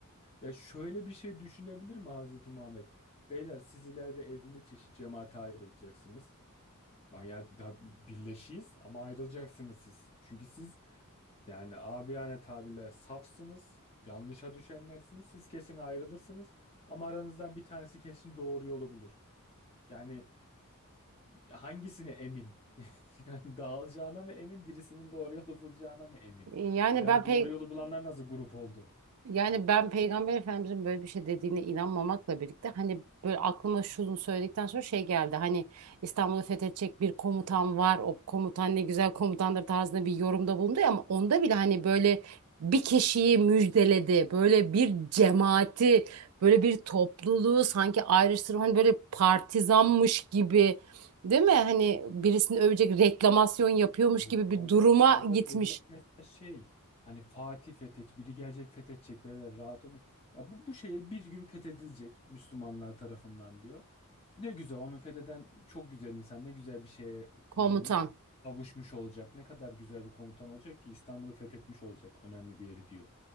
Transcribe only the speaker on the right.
Yani
ben
pek
Yani ben Peygamber Efendimizin böyle bir şey dediğine inanmamakla birlikte hani böyle aklıma şunu söyledikten sonra şey geldi. Hani İstanbul'u fethedecek bir komutan var. O komutan ne güzel komutandır tarzında bir yorumda bulundu ya ama onda bile hani böyle bir kişiyi müjdeledi. Böyle bir cemaati, böyle bir topluluğu sanki ayrıştırma hani böyle partizanmış gibi değil mi? Hani birisini övecek reklamasyon yapıyormuş
gibi
bir duruma
gitmiş
komutan.